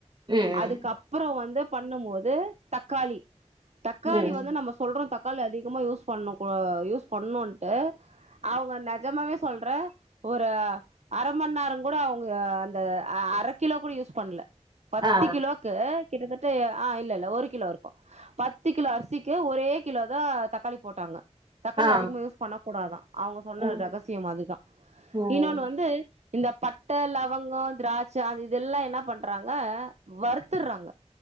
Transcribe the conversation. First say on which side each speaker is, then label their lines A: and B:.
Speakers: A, on the right; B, on the right.
A: ம்
B: அதுக்கப்பறொ வந்து பண்ணும்போது தக்காளி க்காளி
A: ம்
B: வந்து நம்ம சொல்றோ த க்காளி அதிகமா யூஸ் பண்ண கூடா யூஸ் பண்ணுன்ட்டு அவங்க ந நெஜமாவே சொல்ற ஒரு அர மண்நேரொ கூட அவங்க அந்த அ அர கிலோ கூட யூஸ் பண்ணல பத்து
A: ஆ
B: கிலோக்கு கிட்டத்தட்ட ஆஹ் இல்ல இல்ல ஒரு கிலோ இருக் பத் த்து கிலோ அரிசிக்கு ஒரே கிலோதா தக்காளி போட்டாங்க தக்காளி
A: ஆ
B: அதிகமா யூஸ் பண்ண கூடாதா அவங்க சொன்ன
A: ம்
B: ரகசியம் அதுதா
A: ம்
B: இன்னொன்னு வந்து இந்த பட்ட லவங்கொ திராட்ச அது இ இதல்லா என்ன பண்றாங்க வருத்துடுறாங்க